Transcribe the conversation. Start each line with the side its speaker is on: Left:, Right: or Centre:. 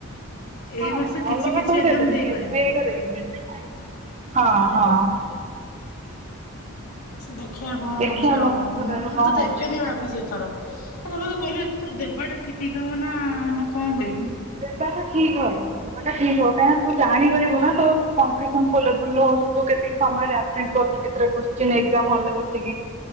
Left: ଏଇ
Right: ହଁ
Left: ବର୍ଷ କିଛି
Right: ଅଲଗା
Left: କିଛି
Right: ସବୁ
Left: ଏକ୍ଜାମ
Right: ଦେଇ ପାରିବି
Left: ଦେଇପାରିବୁ।
Right: ଏସ ବି ଆଇ ର ଦେଇ ପାରିବିନି। ହଁ ହଁ।
Left: ଦେଖିବା କଣ
Right: ଦେଖିବା
Left: ହଉଛି। ଆଉ
Right: ଭଗବାନଙ୍କ
Left: ମୁଁ
Right: ଦୟାରୁ କଣ
Left: ତ
Right: ହଉଛି।
Left: ଦେବି <unintelligible> ନି ଭାବୁଛି ଏଥର। ଆ ମତେ କହିଲୁ ଏଥର ଦେବାଟା ଠିକ୍ ହବ ନା ନା କଣ କରିବି?
Right: ଦେବା ଟା ଠିକ ହବ। ଦବା ଟା ଠିକ ହବ କାହିଁକନା ତୁ ଜାଣିପାରିବୁ ନା ତୋ କମ୍ପିଟିସନ ଲେବୁଲ ହଉ ତୁ କେତିକି ସମୟରେ ଆଟେ କାଇଁ କହ ଟି କେତେଟା କୁଶ୍ଚିନ ଏକ୍ସାମ୍ ହଲ୍ ରେ ବସିକି